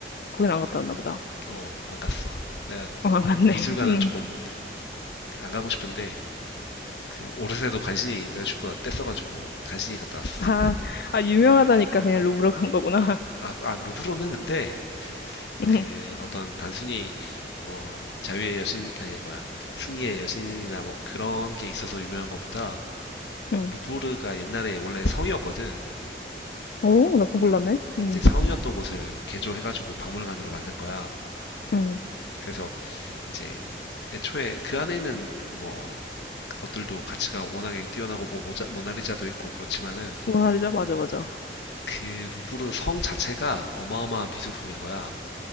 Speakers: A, on the left; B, on the left.
A: 거긴 안 갔다 왔나 보다.
B: 어, 안 갔어. 내가
A: 어, 안 갔네.
B: 미술관은
A: 응.
B: 조금 안 가고 싶은데 그 오르세도 간신히 여자친구가 뗐어가지고 간신히 갔다 왔었어.
A: 아, 아 유명하다니까 그냥 루브르 간 거구나. <laughs>
B: 아, 아 루브르는 근데
A: 응,
B: 그 어떤 단순히 뭐 자유의 여신 아니 뭐야 승리의 여신이나 뭐 그런 게 있어서 유명한 것보다
A: 응.
B: 루브르가 옛날에 원래 성이었거든.
A: 오, 나 그거 몰랐네. 응,
B: 이제 성이었던 곳을 개조해가지고 박물관으로 만든 거야.
A: 응.
B: 그래서 이제 애초에 그 안에는 뭐 것들도 가치가 워낙에 뛰어나고 뭐 모자, 모나리자도 있고 그렇지만은
A: 모나리자 맞아 맞아.
B: 그 루브르 성 자체가 어마어마한 미술품인 거야.